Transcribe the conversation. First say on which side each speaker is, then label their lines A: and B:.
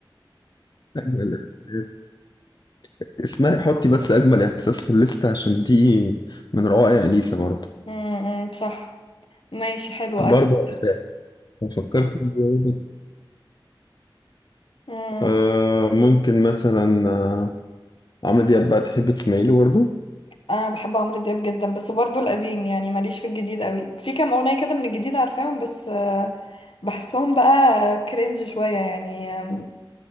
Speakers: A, on the left; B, on the left.
A: أجمل إحساس اسمعي حطي بس أجمل إحساس في الليستة عشان دي من روائع أليسا برضه
B: امم صح ماشي حلو اجمل
A: برضه عارفاها فكرت إن هو ده.
B: تخطيط
A: آه ممكن مثلا آه، عمرو دياب بقى تحب تسمعي له برضه
B: انا بحب عمرو دياب جدا بس برضو القديم يعني ماليش في الجديد قوي في كام اغنيه كده من الجديد عارفاهم بس آه، بحسهم بقى كرنج شويه يعني آم،